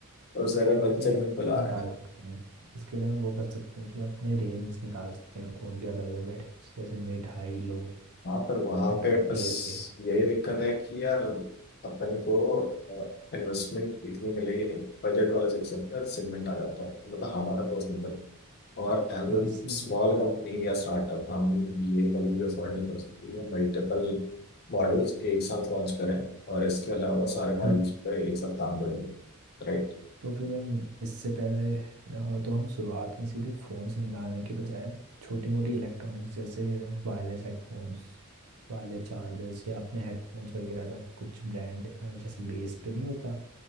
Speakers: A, on the left; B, on the right.
A: और उसे अगर
B: हम अपने
A: बजट सेगमेंट
B: वो
A: पे ला
B: निकाल
A: रहे हैं
B: सकते हैं इसके लिए हम वो कर सकते हैं कि अपने रेंज निकाल सकते हैं फ़ोन के अलग अलग वेरिएंट्स जैसे मिड हाई लो
A: हाँ पर वहां
B: या
A: पे
B: टॉप
A: बस
B: टियर के
A: यही दिक्कत है कि यार अपन को इन्वेस्टमेंट इतनी मिलेगी नहीं बजट वाला सेक्शन सेगमेंट आ जाता है मतलब हमारा पर्सनल बजट और एज
B: तो
A: अ
B: इससे
A: स्मॉल कंपनी या स्टार्टअप हम ये कभी भी अफोर्ड नहीं कर सकते ये मल्टीपल मॉड्यूल्स एक साथ लॉन्च करें और इसके अलावा सारे मॉड्यूल्स
B: हाँ
A: पे एक साथ काम करें राइट
B: तो फिर हम इससे पहले अ, तो हम शुरुआत में सीधे फ़ोन्स निकालने के बजाय छोटी मोटी इलेक्ट्रॉनिक्स जैसे वायरलेस हेडफोन्स वायरलेस चार्जर्स या अपने हेडफोन्स वगैरह का कुछ ब्रांड जैसे बेस पे नहीं होता